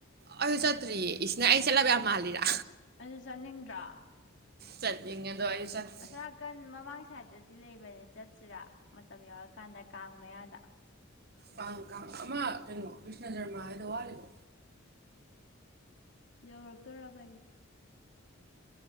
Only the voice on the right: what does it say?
ꯑꯩꯁꯨ ꯆꯠꯇ꯭ꯔꯤꯌꯦ ꯏꯁ ꯅꯪ ꯑꯩ ꯆꯠꯂꯕ ꯌꯥꯝ ꯃꯥꯜꯂꯤꯔꯥ꯫
ꯆꯠꯅꯤꯡꯉꯦ ꯑꯗꯣ ꯑꯩ ꯆꯠꯇ꯭ꯔꯤ
ꯑ ꯀꯥꯃ ꯀꯩꯅꯣ ꯀ꯭ꯁꯅꯖꯔꯃ ꯑꯦꯗꯣ ꯋꯥꯂꯤꯕꯣ